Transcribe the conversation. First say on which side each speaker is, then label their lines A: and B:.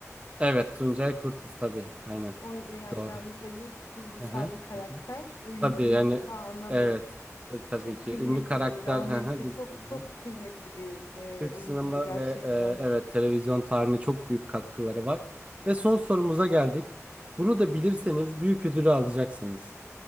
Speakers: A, on the right; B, on the left.
A: Evet. Tuncay Kurtiz tabii. Aynen.
B: O, yani
A: Doğru.
B: Ramiz dayı kurgusal
A: Hı hı.
B: bir karakter. Oyuncuyu
A: Tabii yani
B: mutlaka analım.
A: evet E, tabii
B: Çok
A: ki
B: kıymetli,
A: ünlü karakter
B: rahmetli,
A: hı hı, biz
B: çok
A: hı hı.
B: çok kıymetli bir
A: Türk
B: e, oyuncuydu
A: sinema
B: gerçekten.
A: ve e, evet televizyon tarihine çok büyük katkıları var. Ve son sorumuza geldik. Bunu da bilirseniz büyük ödülü alacaksınız.